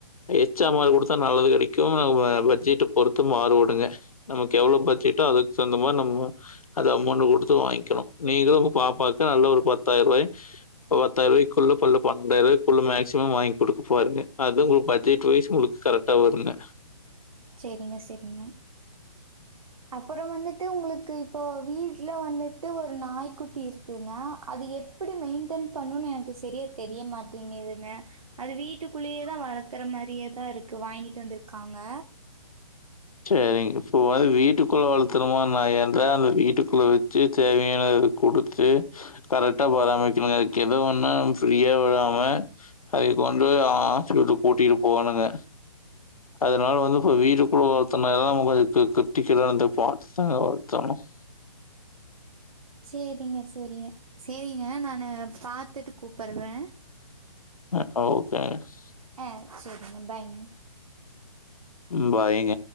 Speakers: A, on the left; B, on the right.
A: எச்சாம்மர் குடுத்தா நல்லது கிடைக்கும் ஆ உ வே பட்ஜெட் பொறுத்து மாறுபடுங்க நமக்கு எவ்ளோ பட்ஜெட்டோ அதுக்கு தகுந்த மார நம்மோ அது அமௌண்ட் குடுத்து வாங்கி கிணு நீங்களு உங்க பாப்பாக்கு நல்லா ஒரு பத்தாயிர ரூவாய் பத்தாயிர ரூாய்க்குள்ள பன்னன்டாயிர ரூபாய்குள்ள மேக்சிமம் வாங்கி குடுக்க பாருங்க அது உங்க பட்ஜெட் வைஸ் உங்களுக்கு கரெக்டா வருங்க
B: சேரிங்க சேரிங்க அப்புறோ வந்துட்டு உங்களுக்கு இப்போ வீட்டுல வந்துட்டு ஒரு நாய்க்குட்டி இருக்குங்க அது எப்படி மெயின்டென் பண்ணுன் எனக்கு செரியா தெரிய மாட்டிங்கிதுங்க அது வீட்டுக்குள்ளயேதா வளர்க்கற மாரியேதா இருக்கு வாங்கிட்டு வந்திருக்காங்க
A: சேரிங்க இப்ப பாரு வீட்டுக்குள்ள வளத்துரு மாரி நாயாருந்தா அத வீட்டுக்குள்ள வச்சு தேவையானத குடுத்து கரெக்டா பராமரிக்கணுங்க அதுக்கு எதோ ஒன்னா நம்ம ஃப்ரீயா விடாம அத கொண்டு போயி ஹாஸ்பிட்டல் கூட்டிட்டு போகணுங்க அதனால வந்து இப்ப வீட்டுக்குள்ள வள <unintelligible>
B: சேரிங்க சேரிங்க சேரிங்க நானு பாத்துட்டு கூப்பிட்றே
A: ஆ ஓகே <unintelligible>
B: ஆ சரிங்க பாய்ங்க
A: ம் பாய்ங்க